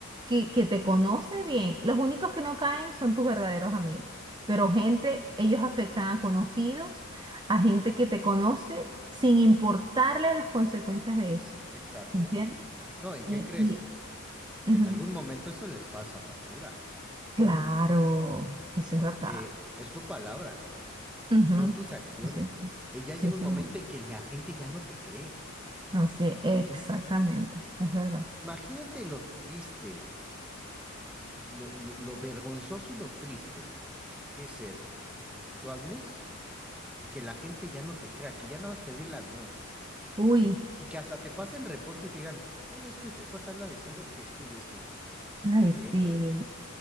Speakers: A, on the right; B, in the centre.
A: que, que te conoce bien, los únicos que no caen son tus verdaderos amigos. Pero gente, ellos afectan a conocidos, a gente que te conoce, sin
B: Ujú.
A: importarle las consecuencias de eso.
B: exacto.
A: ¿Entiendes?
B: No, ¿y
A: Y,
B: qué crees?
A: y
B: Que
A: ujú,
B: en algún momento eso les pasa factura,
A: Claro, eso
B: porque
A: es verdad.
B: es tu palabra,
A: Ujú,
B: son tus acciones.
A: Sí, sí,
B: Y ya
A: sí,
B: llega
A: señor.
B: un momento en que la gente ya no te cree.
A: Así, exactamente,
B: Im-
A: es verdad.
B: Imagínate lo triste, y lo lo- lo vergonzoso y lo triste que ser que tú hables y que la gente ya no te crea, que ya nada más te dé el avión
A: Uy,
B: y que hasta te pasen reporte y te digan, no, es que este cuate anda diciendo que esto y esto y esto. Está
A: ay,
B: bien,
A: sí.
B: güey,